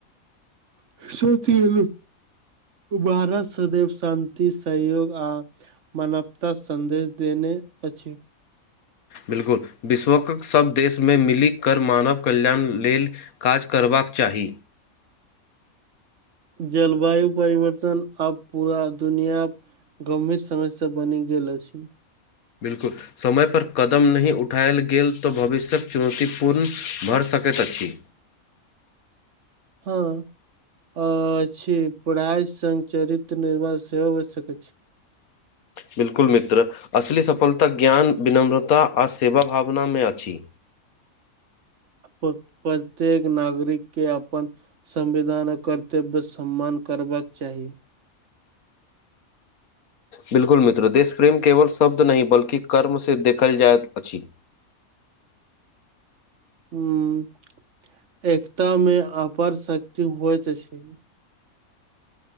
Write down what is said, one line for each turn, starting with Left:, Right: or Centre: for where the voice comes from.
Right: <unintelligible> उ भारत सदैव शान्ति सहयोग आ मानवता सन्देश देने अछि
Left: बिलकुल विश्वक सब देशमे मिली कर मानव कल्याण लेल काज करबाक चाही
Right: जलवायु परिवर्तन अब पूरा दुनिया गम्भीर समय से बनी गेल अछि
Left: बिल्कुल समयपर कदम नहि उठाायल गेल तऽ भविष्यके चुनौतीपूर्ण भऽ सकैत अछि
Right: हँ पढ़ाई सग चरित्र निर्माण सेहो हो सकैत अछि
Left: बिल्कुल मित्र असली सफलता ज्ञान विनम्रता आ सेवा भावना में अछि
Right: प्रत्येक नागरिक के अपन संविधानक कर्तव्य सम्मान करबाक चाही
Left: बिल्कुल मित्र देश प्रेम केवल शब्द नहि कर्म से देखल जाइत अछि
Right: ह एकता मे अपार शक्ति होइत अछि